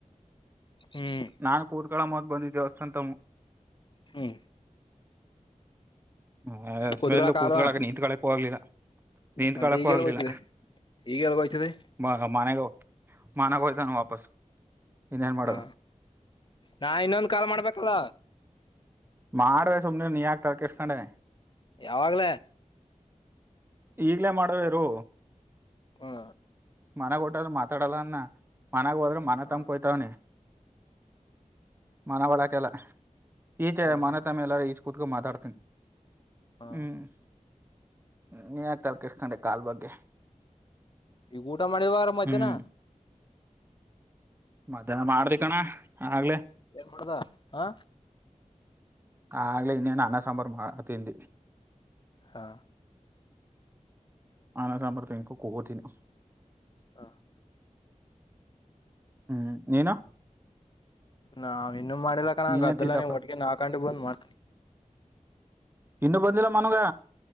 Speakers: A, on the left (about 35°); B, on the right (about 15°).
A: ಹ್ಮ್
B: ನಾಾನು ಪೋರ್ಕಳ ಮತ್ ಬಂದಿದ್ದ ಹೊಸಂತ <unintelligible>
A: ಹ್ಮ್
B: ಹ ಸ್ಮೆಲ್ಲು
A: ಕುತ್ಗಳಕ್
B: ಕೂತ್ಗಳಕ
A: ಆಗಲ್ವಾ
B: ನಿಂತ್ ಕಳಕ್ಕ ಹೋಗ್ಲಿಲ್ಲ ನಿಂತತ್
A: ಮತ್ತ
B: ಕಳಕ್ಕ
A: ಈಗೆಲ್
B: ಆಗ್ಲಿಲ್ಲ
A: ಹೋಯ್ತದೆ ಈಗೆಲ್ ಹೋಯ್ತದೆ
B: ಮ ಮನೆಗ ಮಾನಾಗೋಯ್ದಾನು ವಾಪಸ್ ಇನ್ನೇನ್ ಮಾಡೋದು
A: ಹಾ ನಾ ಇನ್ನೊಂದು ಕಾಲ್ ಮಾಡ್ಬೇಕಲ್ಲ
B: ಮಾಡ್ದೆ ಸುಮ್ನೆ ನೀ ಯಾಕೆ ತಲೆಕೆಡಿಸಿಕೊಂಡೆ
A: ಯಾವಾಗ್ಲ
B: ಈಗ್ಲೇ ಮಾಡುವೇರು
A: ಹಾ
B: ಮನ ಕೊಟ್ಟಾದ್ರರು ಮಾತಾಡಲ್ಲ ಅನ್ನ ಮನಾಗ ಹೋದ್ರ ಮನ
A: ಹಾ
B: ತಮಕೋಯ್ತಾವನಿ ಮನ ಬಳಾಕ ಎಲ್ಲ ಈಚೆ
A: ಹಾ
B: ಮಾನತಮ್ಮಿ
A: ಹಾ
B: ಎಲ್ಲಾರ ಈಚೆ ಕುೂತ್ಕ ಮಾತಾಡ್ತನಿ
A: ಹಾ
B: ಹ್ಮ್ ಹ್ಮ ನೀ ಯಾಕ್ ತಲೆ ಕೆಡಿಸಿಕೊಂಡೆ ಕಾಲ್ ಬಗ್ಗೆ
A: ಈಗ ಊಟ ಮಾಡಿದಾರ ಮಧ್ಯಾಹ್ನ
B: ಹ್ಮ್ ಮಧ್ಯಾಹ್ನ ಮಾಡ್ದ ಕಣ ಕಣೋ ಆಗಲೇ
A: ಏನ್ ಮಾಡದಾ ಹಾ
B: ಆಗಲೇ ಇನ್ನೇನು ಅನ್ನ ಸಾಂಬಾರು ತಿಂದ್ವಿ
A: ಹಾ
B: ಅನ ಕಂಬ್ರತಂಗಕ ಕೋಗದಿನ <unintelligible>
A: ಹಾ <unintelligible>
B: ಹ್ಮ್ ನೀನು
A: ನಾವ ಇನ್ನುೂ ಮಾಡಿಲ್ಲಕಣ
B: ನೀನೇ
A: ಅದ್ದೆಲ್ಲ
B: ತಿಂದಪ್ಪ
A: ನೀ ಒಟ್ಟಗ ನಾಕು ಬಂದ್ ಮಾಡ್ತ
B: ಇನ್ನುೂ ಬಂದಿಲ್ಲ ಮನೆಗೆ